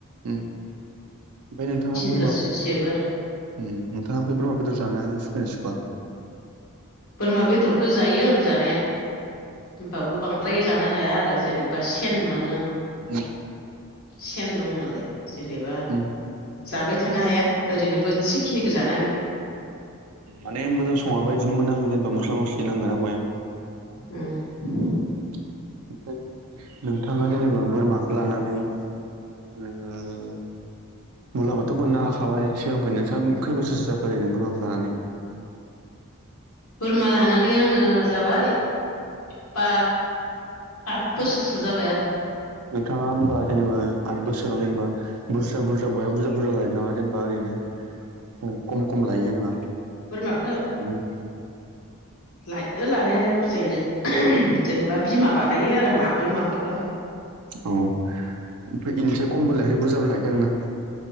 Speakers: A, on the right; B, on the left.
A: उम ओमफाय नोंथाङा बो
B: फोरजो सेबो आरो
A: उ? म नोंथाङा ओमफ्राय बोरमा बेदर जानो सुखुयोना सुखुआ
B: बोरमा बेदरखौ जायो आं जानाया। होमबाबो बांद्राय जानो हाया आरो जेनेबा सेन मोनो आं।
A: उम
B: सेन दं नालाय जेनेबा
A: उम
B: जाबाय थानो हाया ओरैनो बो थिसे खिनिखो जानो हायो।
A: माने मोजां सङाबा इदिनो मोनामो जेनेबा मस्ला मस्लि नांगोना बया।
B: उम
A: उम ओमफाय नोंथाङा जेनेबा बोरमाखो लानानै नोङो मुलाम्फाथ' मोननो हाखाबाय सिगांनिफ्रायनो नोंसा कै बोसोरसो जाखो ओरैनो बोरमाखौ लानानै?
B: बोरमा लानानै आङो जाबाय बा आद बोसोरसो जाबाय आरो
A: नोंथाङा ओमबा जेनेबा आद बोसोराव जेनबा बुरजा बुरजा बया बुरजा बुरजा लायो नामा जेनबा ओरैनो कम कम लायो जेनेबा?
B: बोरमाखौ
A: बोरमाखो उम
B: लायो लानायालाय बुरजायैनो जेनेबा बिमा बानायो आरो माब्रै माबा गाहाम
A: औ ओमफ्राय इनिफ्राय खमबो लायाखै बुरजाबो लायाखै आरोना?